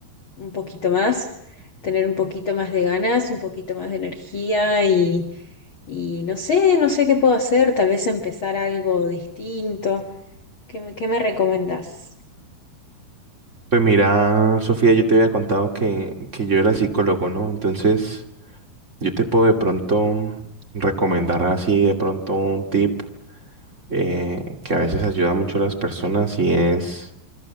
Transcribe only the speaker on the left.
un poquito más, tener un poquito más de ganas, un poquito más de energía y no sé, no sé qué puedo hacer, tal vez empezar algo distinto. ¿Qué, me- qué me recomendás?